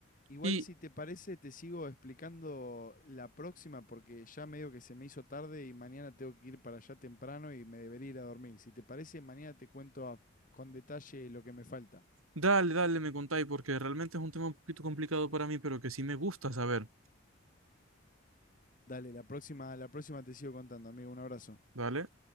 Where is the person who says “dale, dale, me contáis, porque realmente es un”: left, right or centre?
Right